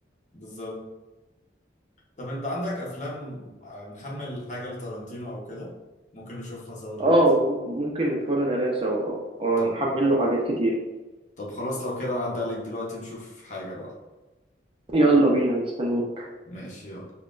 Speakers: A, on the left; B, on the right.
A: بالظبط طب انت عندك افلام آه، محمل حاجة لتارانتينو او كده ممكن نشوفها سوا دلوقتي
B: اه مم- ممكن نتفرج عليها سوا اه اه
A: طب
B: انا محمل له حاجات كتير
A: طب خلاص لو كده عدي عليك دلوقتي نشوف حاجة بقى
B: يلا بينا مستنيين
A: ماشي يلا